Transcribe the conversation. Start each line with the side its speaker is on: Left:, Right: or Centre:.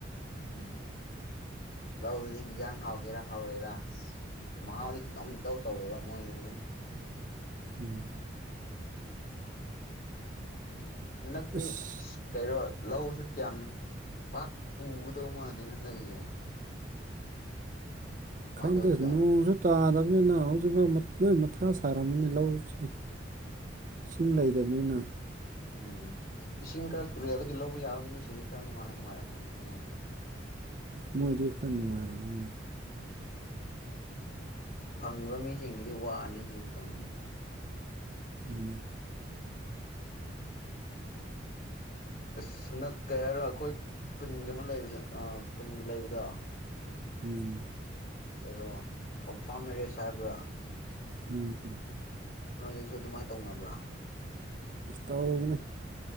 Left: ꯎꯝ ꯂꯧꯗꯨꯗꯤ ꯍꯟꯖꯥꯡ ꯍꯥꯎꯒꯦꯔꯥ ꯍꯥꯎꯔꯣꯏꯔꯥ ꯑꯁ ꯃꯍꯥꯎꯗꯤ ꯈꯤꯇꯪꯇꯧ ꯇꯧꯋꯦꯕ ꯃꯣꯏꯗꯗꯤ
Right: ꯎꯝ
Left: ꯅꯛꯗꯤ
Right: ꯑꯁ
Left: ꯀꯔꯣ ꯂꯧꯁꯨ ꯀꯌꯥꯝ ꯄꯥꯛ ꯎꯒꯗꯧ ꯃꯥꯜꯅꯤ ꯍꯟꯗꯛꯒꯤꯁꯦ ꯀꯃꯥꯏꯅ
Right: ꯈꯪꯗꯦꯁ
Left: ꯇꯧꯖꯥꯠꯂ
Right: ꯅꯣꯡꯁꯨ ꯇꯥꯗꯕꯅꯤꯅ ꯍꯧꯖꯤꯛꯐꯥꯎ ꯅꯣꯏ ꯃꯊꯥ ꯁꯥꯔꯝꯃꯅꯤ ꯂꯧꯁꯤ ꯏꯁꯤꯡ ꯂꯩꯇꯕꯅꯤꯅ
Left: ꯎꯝ ꯏꯁꯤꯡ ꯈꯔ ꯇꯨꯔꯦꯜꯗꯒꯤ ꯂꯧꯕ ꯌꯥꯕ ꯃꯤꯁꯤꯡꯗꯤ ꯈꯔ ꯅꯨꯡꯉꯥꯏ ꯅꯨꯡꯉꯥꯏꯔꯝꯝꯕꯅꯤꯅ ꯃꯣꯏꯅ
Right: ꯃꯗꯤ ꯈ ꯅꯅꯨꯡꯔ ꯑꯃ
Left: ꯐꯪꯕ ꯃꯤꯁꯤꯡꯒꯤꯗꯤ ꯋꯥꯅꯤ ꯁꯤ ꯃꯇꯝꯁꯦ
Right: ꯎꯝ
Left: ꯑꯁ ꯅꯛ ꯀꯩ ꯍꯥꯏꯔꯣ ꯑꯩꯈꯣꯏ ꯀꯨꯟꯒꯤ ꯑꯃ ꯂꯩꯕꯗꯥ ꯀꯨꯟꯒꯤ ꯂꯩꯕꯗꯣ
Right: ꯎꯝ
Left: ꯀꯔꯣ ꯀꯝꯐꯥꯝ ꯃꯦꯔꯦꯖ ꯍꯥꯏꯕ꯭ꯔꯥ
Right: ꯎꯝ
Left: ꯅꯣꯏꯗꯁꯨ ꯑꯗꯨꯃꯥꯏꯅ ꯇꯧꯅꯕ꯭ꯔꯥ
Right: ꯇꯧꯕꯅꯤ